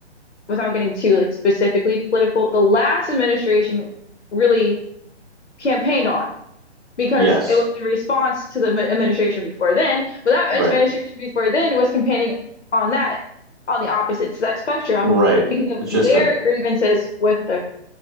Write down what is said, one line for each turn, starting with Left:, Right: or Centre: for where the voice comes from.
Left: without getting too like specifically political, the last administration really campaigned on because
Right: yes,
Left: it was in response to the m- administration before then, but that
Right: right,
Left: administration before then was campaigning on that on the opposite s- that spectrum
Right: right.
Left: because
Right: It's
Left: of
Right: just
Left: their
Right: a
Left: grievances with the